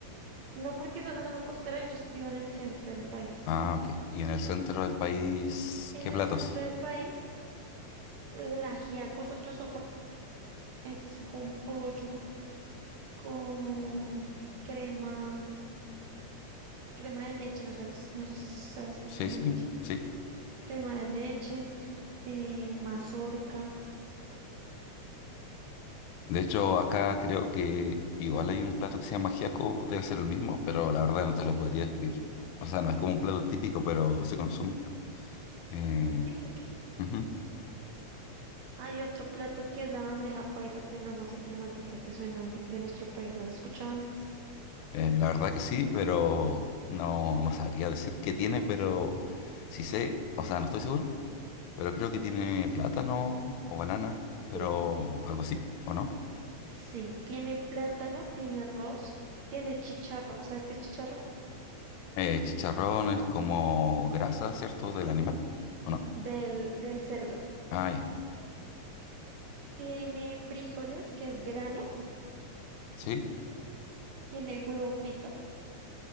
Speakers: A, on the right; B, on the left.
A: no porque sea la zona costera, ellos viven en el centro del país.
B: Ah, ok. Y en el centro del país,
A: En
B: ¿qué platos?
A: el centro del país, la ajiaco es otra sopa, esta es con pollo, con crema, mm, crema de leche, no sabes, no sé si sabes qué
B: Sí,
A: es crema
B: sí,
A: de leche.
B: sí.
A: Crema de leche, eh, mazorca.
B: De hecho, acá creo que igual hay un plato que se llama ajiaco, debe ser el mismo, pero la verdad no te lo podría describir. O sea, no es como un plato típico, pero se consume. Eh,
A: Ok, ok.
B: ujú.
A: Hay otro plato que es la bandeja paisa, que es la más emblemática que suena de nuestro país. ¿Las has escuchado antes?
B: Eh, la verdad que sí, pero no, no sabría decir qué tiene, pero sí sé, o sea, no estoy seguro, pero creo que tiene plátano o banana, pero
A: Sí.
B: algo así, ¿o no?
A: Sí, tiene plátano, tiene arroz, tiene chicharrón. ¿Sabes qué es chicharrón?
B: Eh, chicharrón es como grasa, ¿cierto? Del animal. ¿o no?
A: Del, del cerdo.
B: Ah, ya.
A: Tiene frijoles, que es grano,
B: Sí.
A: tiene huevo frito.